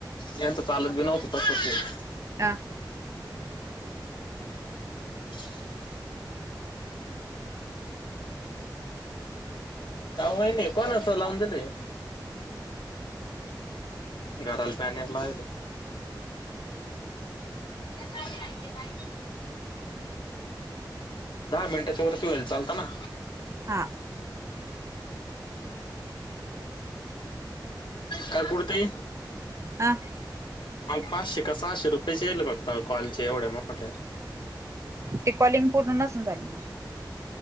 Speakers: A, on the left (about 80°); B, on the right (about 40°).
A: यांची चालत बी नव्हतं तसंच आहे.
B: हा.
A: <inaudible> का होई नाही कोणाचं लावून दिले? घराला पॅनर लावले <inaudible> दहा मिनटाच्या वरती होईल चालत ना?
B: हा.
A: काल कुडती?
B: हा.
A: मला पाचशे का सहाशे रुपयेच येल बघ मला कॉलचे एवढ्या मोठ्या.
B: ती कॉलिंग पूर्ण नसण झाली मग.